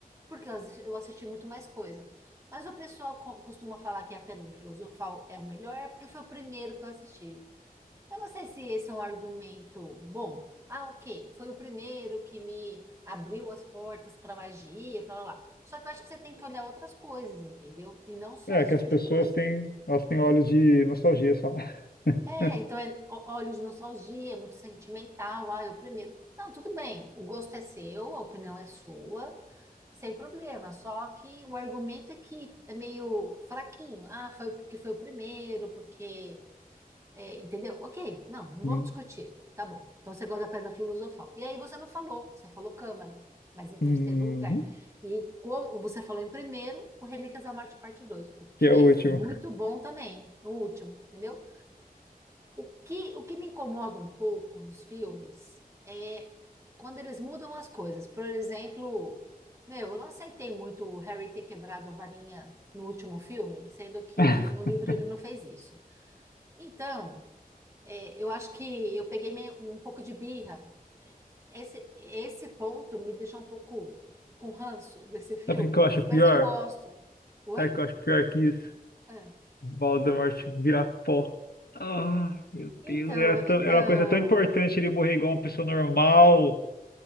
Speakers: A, on the right; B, on the left.
A: Porque eu assi- eu assisti muito mais coisa. Mas o pessoal co- costuma falar que é a Pedra Filosofal é o melhor, porque foi o primeiro que eu assisti. Eu não sei se esse é um argumento bom. Ah, ok, foi o primeiro que me abriu as portas para magia, para lá. lá. Só que eu acho que você tem que olhar outras coisas, entendeu? E não só
B: É
A: esse
B: que
A: tipo
B: as pessoas
A: de coisa.
B: têm, elas têm olhos de nostalgia só. <laughs>
A: É, então é ó- olhos de nostalgia, é muito sentimental. Ah, eu primeiro. Não, tudo bem. O gosto é seu, a opinião é sua, sem problema. Só que o argumento é que é meio fraquinho. Ah, foi porque foi o primeiro, porque É, entendeu? Ok, não, não vou
B: Hum.
A: discutir. Tá bom. Então você gosta da pedra filosofal. E aí você não falou, você falou Câmara, mas em terceiro
B: Uhum.
A: lugar. E como você falou em primeiro, o Relíquias da Morte parte 2, o que
B: que é o
A: é
B: último.
A: muito bom também, o último, entendeu? O que, o que me incomoda um pouco nos filmes é quando eles mudam as coisas. Por exemplo, meu, eu não aceitei muito o Harry ter quebrado a varinha no último filme, sendo que
B: <laughs>
A: no livro ele não fez isso. Então, é, eu acho que eu peguei meio- um pouco de birra. Esse, esse ponto me deixou um pouco com ranço desse filme,
B: Sabe o que eu acho pior?
A: mas eu gosto. Oi?
B: Sabe o que eu acho pior que isso?
A: Ah.
B: Voldemort virar pó. Ah, meu
A: Então,
B: Deus, era, tão-
A: então.
B: era uma coisa tão importante ele morrer igual uma pessoa normal